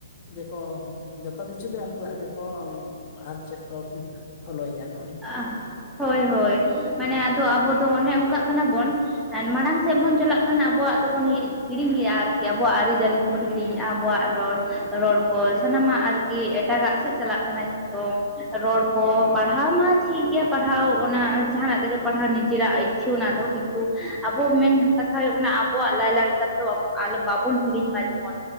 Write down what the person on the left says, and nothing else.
ᱜᱮᱠᱚ ᱡᱚᱛᱚ ᱠᱤᱪᱷᱩ ᱜᱮ ᱩᱱᱠᱩᱣᱟᱜ ᱜᱮᱠᱚ ᱟᱨ ᱪᱮᱫ ᱠᱚᱢ ᱯᱷᱚᱞᱚᱭᱮᱫᱼᱟ ᱫᱚ?